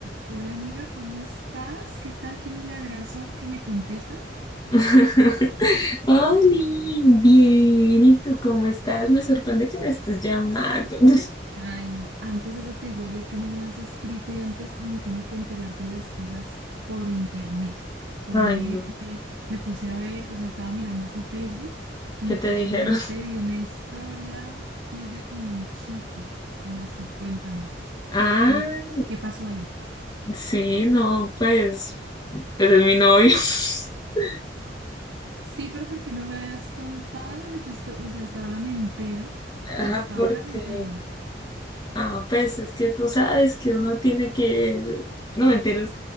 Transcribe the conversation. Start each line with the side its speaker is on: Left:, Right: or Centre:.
Right: Hola amiga, ¿cómo estás? ¿Qué tal? Qué milagrazo que me contestas.
Left: <laughs> Oli, bien, ¿y tú cómo estás? Me sorprende que me estés llamando. <laughs>
Right: Ay, antes eso te digo yo que no me has escrito y antes me tengo que enterar de las cosas por internet. Por
Left: Ay,
Right: ahí me,
Left: no,
Right: me, me puse a ver, o sea, estaba mirando así Facebook y
Left: ¿qué
Right: me
Left: te
Right: puse
Left: dijeron?
Right: a ver y
Left: <laughs>
Right: te vi una historia tuya con un chico. ¿Cómo así? Cuéntame,
Left: Ah,
Right: ¿qué, qué pasó ahí?
Left: sí, no, pues, pues es mi novio. <laughs>
Right: Sí, pero porque no me habías contado, yo, esto- o sea, hasta ahora me entero,
Left: Ah,
Right: hasta
Left: porque,
Right: ahora me entero.
Left: ah, pues es que tú sabes que uno tiene que, no mentiras,